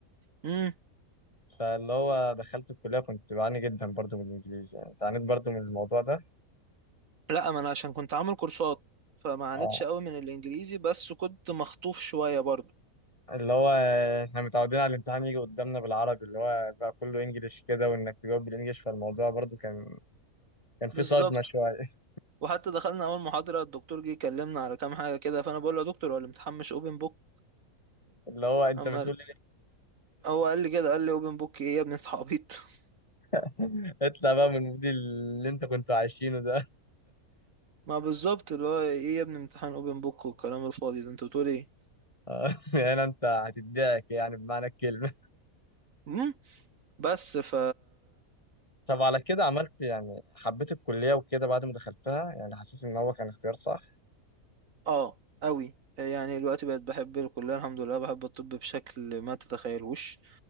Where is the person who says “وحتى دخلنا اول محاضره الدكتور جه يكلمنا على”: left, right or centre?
Right